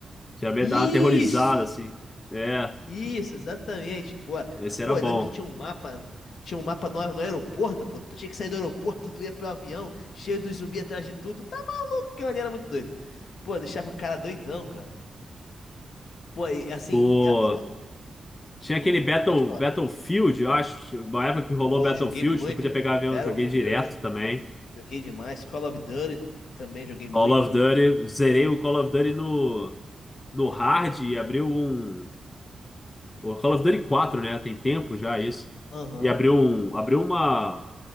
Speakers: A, on the left; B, on the left.
A: Já me
B: Isso!
A: dava uma aterrorizada, assim. É,
B: Isso, exatamente. Pô, Ah,
A: esse
B: pô,
A: era bom.
B: eu lembro que tinha um mapa, tinha um mapa no, no aeroporto, pô. Tu tinha que sair do aeroporto, tu ia pro avião, cheio dos zumbis atrás de tudo. Tu tá maluco, aquilo ali era muito doido. Pô, deixava o cara doidão, cara. Pô, e, assim,
A: O
B: é- uma-
A: Tinha
B: hum,
A: aquele Battle,
B: pode falar.
A: Battlefield, eu acho, uma época que rolou
B: Pô,
A: Battlefield,
B: joguei muito.
A: tu podia pegar
B: Battlefield,
A: avião, joguei direto também.
B: joguei demais. Call of Duty também joguei muito.
A: Call of Duty, zerei o Call of Duty no, no hard e abriu um. O Call of Duty quatro né? Tem tempo já isso.
B: Aham.
A: E abriu um, abriu uma,